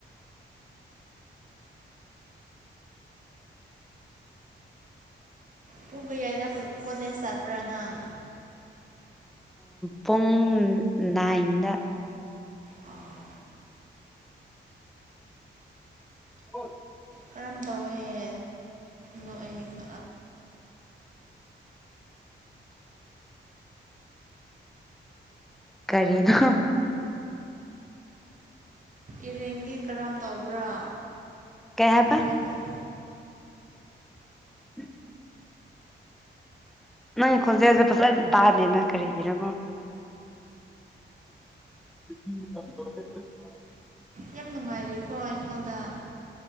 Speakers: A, on the right (about 40°); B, in the centre.
A: ꯄꯨꯒ ꯌꯥꯗ ꯀꯣꯂꯦꯁꯄ꯭ꯔꯅꯥꯡ
B: ꯄꯨꯡꯨꯡ ꯏꯒ
A: ꯑꯥ
B: ꯑꯣ
A: ꯀꯔꯝ ꯇꯧꯏꯦ ꯅꯣꯛ ꯑꯩ <unintelligible>
B: ꯀꯥꯔꯤꯅꯣ
A: ꯏꯔꯦꯡꯗꯤ ꯀꯔꯝ ꯇꯧꯕ꯭ꯔꯥ
B: ꯀꯩ ꯍꯥꯏꯕ
A: ꯃꯅꯤꯄꯨꯔ
B: ꯎ <unintelligible> ꯅꯪꯒꯤ ꯈꯣꯟꯖꯦꯜꯁꯦ ꯐꯖꯅ ꯇꯥꯗꯦꯅꯦ ꯀꯥꯔꯤꯒꯤꯅꯣ <unintelligible>
A: ꯌꯥꯝ ꯅꯨꯡꯉꯥꯏꯔꯦꯀꯣ ꯏꯝꯐꯥꯜꯗ